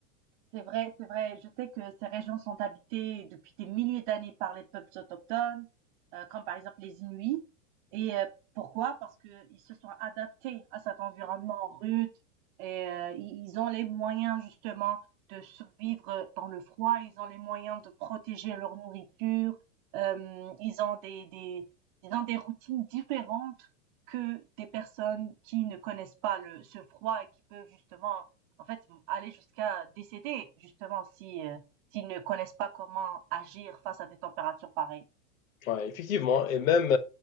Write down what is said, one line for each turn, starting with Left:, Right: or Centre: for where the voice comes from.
Right: C'est vrai, c'est vrai. Je sais que ces régions sont habitées depuis des milliers d'années par les peuples autochtones, euh, comme par exemple les Inuits. Et euh, pourquoi? Parce qu'ils se sont adaptés à cet environnement rude et euh, i- ils ont les moyens justement de survivre dans le froid, ils ont les moyens de protéger leur nourriture, euh, ils ont des, des, ils ont des routines différentes que des personnes qui ne connaissent pas le, ce froid et qui peuvent justement en fait, aller jusqu'à décéder, justement, si, euh, s'ils ne connaissent pas comment agir face à des températures pareilles.
Left: Ouais, effectivement, et même